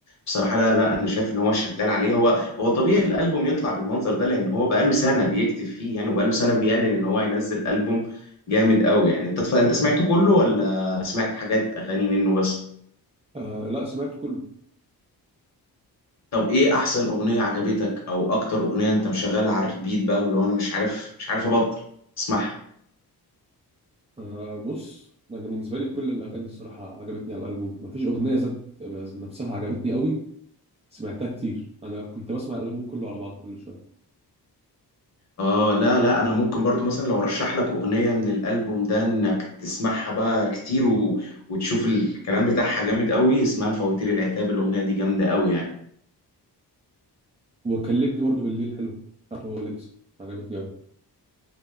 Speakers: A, on the left; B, on the right.
A: بصراحه لا لا انا شايف ان هو شغال عليه هو هو طبيعي الالبوم يطلع بالمنظر ده لان هو بقاله سنه بيكتب فيه يعني وبقاله سنه بيعلن ان هو هينزل البوم جامد قوي يعني انت تف... انت سمعته كله ولا سمعت حاجات اغاني منه بس
B: آه لا سمعت كله
A: طب ايه احسن اغنيه عجبتك او اكتر اغنيه انت مشغلها على الريبيت بقى واللي هو انا مش عارف مش عارف ابطل اسمعها
B: آه بص انا بالنسبه لي كل الاغاني الصراحه عجبتني على الالبوم مفيش اغنيه ذات ذات نفسها عجبتني قوي سمعتها كتير انا كنت بسمع الالبوم كله على بعضه كل شويه
A: اه لا لا انا ممكن برضو مثلا لو رشح لك اغنيه من الالبوم ده انك تسمعها بقى كتير و... وتشوف الكلام بتاعها جامد قوي اسمها فواتير العتاب الاغنيه دي جامده قوي يعني
B: وكلمني برضو بالليل حلو بتاعته هو ليجاسي عجبتني قوي